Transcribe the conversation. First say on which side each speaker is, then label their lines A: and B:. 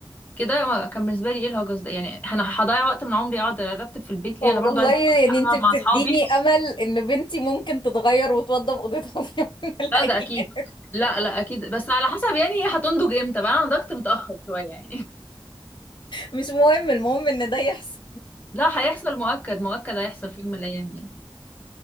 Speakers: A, on the left; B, on the left.
A: كده ما- كان بالنسبه لي ايه الهجس ده يعني انا هضيع وقت من عمري اقعد ارتب في البيت
B: طب
A: ليه انا برضو
B: والله
A: عايزه أروح
B: يعني انت
A: العب
B: بتديني
A: مع اصحابي
B: امل ان بنتي ممكن تتغير وتوضب اوضتها في يوم <laughs> من الايام
A: لا ده اكيد لا لا اكيد بس على حسب يعني هي هتنضج امتى بقى انا نضجت متاخر شويه يعني
B: مش مهم المهم ان ده يحصل
A: <laughs> لا هيحصل مؤكد مؤكد هيحصل في يوم من الايام يعني